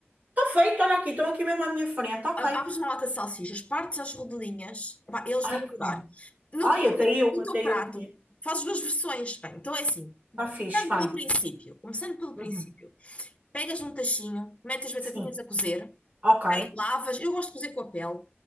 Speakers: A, on the right; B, on the left.
A: Está feito, olha aqui, estão aqui mesmo à minha frente, ok.
B: A- Abres uma lata de salsichas, partes as rodelinhas, Epá, eles
A: Ai,
B: vão adorar.
A: que bom.
B: No,
A: Ai,
B: no
A: até eu, até
B: teu prato,
A: eu conheço.
B: fazes duas versões. Bem, então é assim.
A: Está fixe,
B: Começando
A: vai.
B: pelo princípio, começando pelo
A: Uhum.
B: princípio, pegas um tachinho, metes as batatinhas
A: Sim,
B: a cozer,
A: ok.
B: lavas, eu gosto de cozer com a pele,